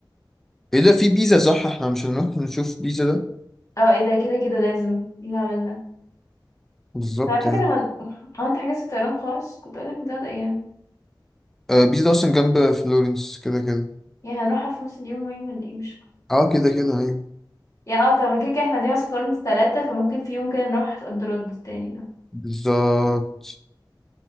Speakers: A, in the centre; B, on the left.
A: ايه ده في بيزا صح احنا مش هنروح نشوف بيزا ده
B: اه ايه ده كده كده لازم ايه الهبل ده
A: بالظبط
B: طب على فكره
A: يعني
B: طب هن- هو انت حجزت الطيران خلاص كنت اقول لك من تلات ايام
A: آه، بيس ده اصلا جنب فلورنس كده كده
B: يعني هنروحها في نفس اليوم يعني ولا ايه مش
A: اه كده كده ايوه
B: يا اه طب ما كده كده احنا دي في فلورنس تلاتة فممكن في يوم كده نروح صد رد تاني ده
A: بالظبط